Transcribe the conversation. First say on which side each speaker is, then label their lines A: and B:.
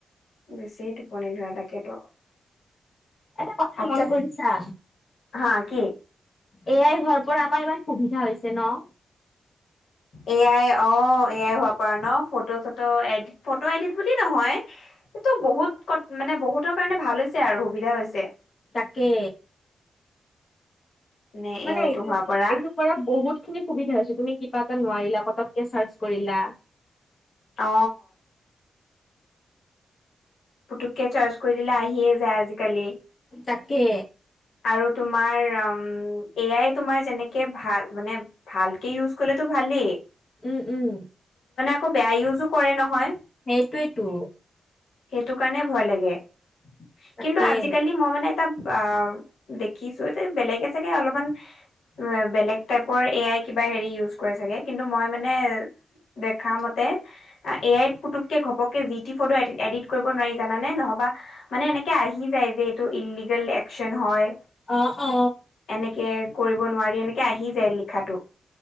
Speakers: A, on the left; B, on the left.
A: বেছি টোপনি ধৰে তাকেতো
B: এটা কথা
A: ভাত
B: মন
A: চাত
B: কৰিছা
A: হা কি?
B: এ আই হোৱাৰ পৰা আমাৰ ইমান সুবিধা হৈছে ন
A: A I O A I হোৱা পৰা ন ফটো চটো এডট ফটো এডিট বুলি নহয় সেইটো বহুত কত মানে বহুতৰ কাৰণে ভাল হৈছে আৰু সুবিধা হৈছে
B: তাকে
A: নে
B: মানে
A: এ আইটো
B: এইটো
A: হোৱাৰ পৰা
B: এইটো কৰা বহুত খিনি সুবিধা হৈছে তুমি কিবা নোৱাৰিলা পটককে চাৰ্চ কৰিলা
A: অ পুতুককে চাৰ্চ কৰি দিলে আহিয়ে যায় আজিকালি
B: তাকে
A: আৰু তোমাৰ উম এ আই তোমাৰ যেনেকে ভাল মানে ভালকে ইউজলে টো ভাল খালি
B: উম উম
A: <unintelligible> বেয়া ইউজো কৰে নহয়
B: সেইটোৱেতো
A: সেইটো কাৰণে ভয় লাগে
B: তাকে
A: কিন্তু আজিকালি মই মানে <unintelligible> দেখিছো এ বেলেগে চাগে অলপমান বেলেগ টাইপৰ এ আই কিবা হেৰি ইউজ কৰে চাগে কিন্তু মই মানে দেখা মতে এ আইত পুতুককে ঘপকে জি টি ফটো এডিট কৰিব নোৱাৰি জানান নে নহবা মানে এনেকে আহি যায় যে এইটো ইলিগেল একচন হয়
B: অ অ
A: এনেকে কৰিব নোৱাৰি এনেকে আহি যায় লিখাত